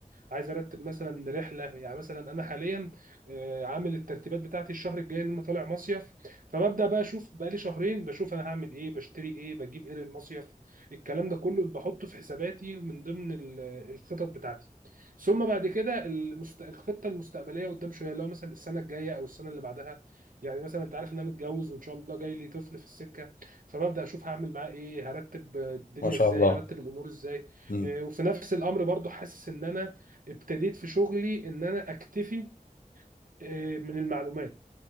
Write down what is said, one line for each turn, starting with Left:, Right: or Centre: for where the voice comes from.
Right: عايز ارتب مثلا رحله يعني مثلا انا حاليا آه، عامل الترتيبات بتاعتي الشهر الجاي ان انا طالع مصيف فببدا بقى اشوف بقالي شهرين بشوف انا هعمل ايه بشتري ايه بجيب ايه للمصيف الكلام ده كله بحطه في حساباتي من ضمن ال- الخطط بتاعتي ثم بعد كده المست... الخطه المستقبليه قدام شويه اللي هو مثلا السنه الجايه او السنه اللي بعدها يعني مثلا انت عارف ان انا متجوز وان شاء الله جاي لي طفل في السكه فببدا اشوف هعمل معاه ايه هرتب الدنيا
Left: ما شاء
Right: ازاي
Left: الله
Right: هرتب الامور ازاي
Left: إمم.
Right: آه، وفي نفس الامر برضو حاسس ان انا ابتديت في شغلي ان انا اكتفي آه، من المعلومات